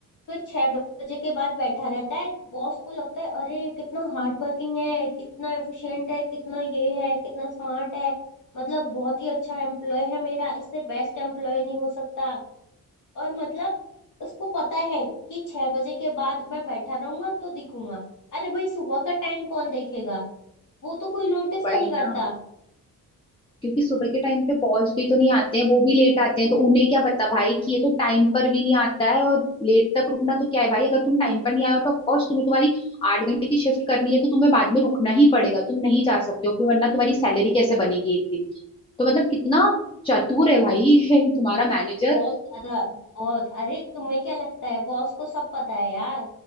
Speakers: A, on the left; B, on the left.
A: फिर छह बजे के बाद बैठा रहता है बॉस को लगता है अरे कितना हार्ड वर्किंग है कितना एफिशिएंट है कितना ये है कितना स्मार्ट है मतलब बहुत ही अच्छा एम्प्लॉय है मेरा इससे बेस्ट एम्प्लॉय नहीं हो सकता और मतलब उसको पता है कि छह बजे के बाद मैं बैठा रहूंगा तो दिखूंगा अरे भाई सुबह का टाइम कौन देखेगा वो तो कोई नोटिस
B: भाई
A: ही नहीं करता
B: ना क्योंकि सुबह के टाइम पे बॉस भी तो नहीं आते हैं वो भी लेट आते हैं तो उन्हें क्या पता भाई कि ये तो टाइम पर भी नहीं आता है और लेट तक रुकना तो क्या है भाई अगर तुम टाइम पर नहीं आए हो तो ऑफकोर्स तुम्हें तुम्हारी आठ घंटे की शिफ्ट करनी है तो तुम्हें बाद में रुकना ही पड़ेगा तुम नहीं जा सकते हो फिर वरना तुम्हारी सैलरी कैसे बनेगी एक दिन की तो मतलब कितना चतुर है भाई <laughs> ये तुम्हारा मैनेजर
A: बहुत ज्यादा बहुत अरे तुम्हें क्या लगता है बॉस को सब पता है यार